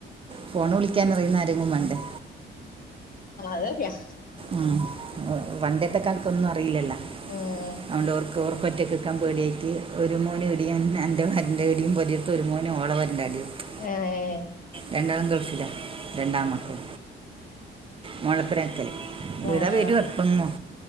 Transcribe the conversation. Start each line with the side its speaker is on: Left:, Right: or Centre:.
Right: ഫോണ് വിളിക്കാനറിയുന്ന ആരെങ്കും വേണ്ടേ
Left: അത് ശരിയാ
Right: ഉം പണ്ടേത്ത കാലത്തൊന്നും അറിയില്ലല്ലാ
Left: ആഹ്
Right: അതോണ്ട് ഓർക്ക് ഓർക്ക് ഒറ്റക്കിക്കാൻ പേടി ആയിട്ട് ഒരു മോൻ ഇടിം എന്റെ പൊരേന്റെ ഇടിം <unintelligible> ഒരു മോൻ ഓളെ പെരേന്റെ അവിടിം ഇട്ത്ത്
Left: ഏഹ്
Right: രണ്ടാളും ഗൾഫിലാ രണ്ടാമ്മക്കൾ മോളെ ഒപ്പരാ നിക്കല് ഇവിടെ
Left: ആഹ്
Right: വെരും എപ്പങ്ങും